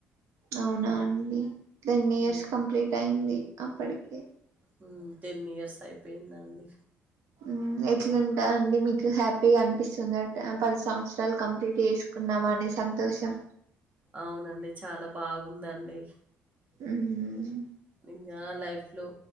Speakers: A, on the right (about 70°); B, on the right (about 30°).
A: అవునా అండి టెన్
B: ఉమ్
A: ఇయర్స్ కంప్లీట్ అయింది అప్పడికే
B: మ్మ్ టెన్ ఇయర్స్ అయిపోయిందండి
A: మ్మ్ ఎట్లాంటా అండి మీకు హ్యాపీగా అనిపిస్తుంద ట పది సంవత్సరాలు కంప్లీట్ చేసుకున్నాం అనే సంతోషం
B: అవునండి చాలా బాగుందండి
A: ఉ ఊ
B: ఇంక లైఫ్ లో